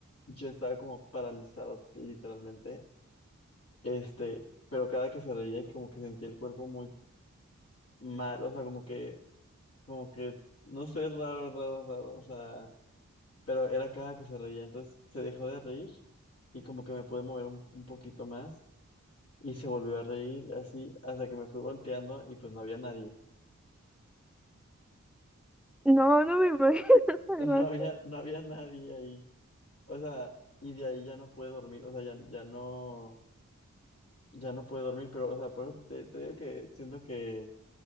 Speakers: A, on the left; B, in the centre.
A: yo estaba como paralizado, literalmente. Este, pero cada que se reía y como que sentía el cuerpo muy mal, o sea, como que Como que, no sé, raro, raro, raro, o sea, pero era cada que se reía, entonces se dejó de reír y como que me pude mover un, un poquito más y se volvió a reír así hasta que me fui volteando y pues no había nadie,
B: No, no me imagino <laughs>
A: <laughs>
B: algo
A: no había, no había nadie ahí, o sea, y de ahí ya no pude dormir, o sea, ya, ya no, ya no pude dormir, pero, o sea, por eso te, te digo que siento que